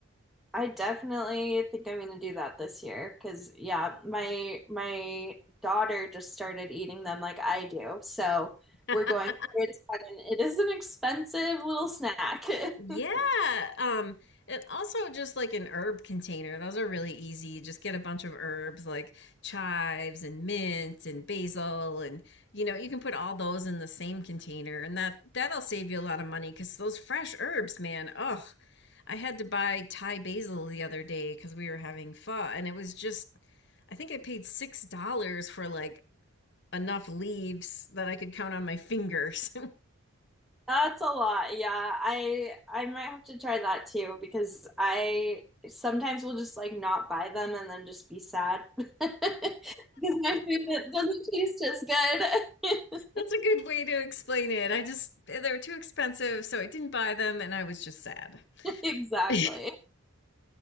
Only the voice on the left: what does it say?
<laughs>
Yeah.
Um, and also just like an herb container. Those are really easy. Just get a bunch of herbs like chives and mint and basil and you know, you can put all those in the same container and that that'll save you a lot of money because those fresh herbs, man. Ugh. I had to buy Thai basil the other day because we were having pho and it was just I think I paid six dollars for like enough leaves that I could count on my fingers.
That's a good way to explain it. I just, they were too expensive, so I didn't buy them and I was just sad. <laughs>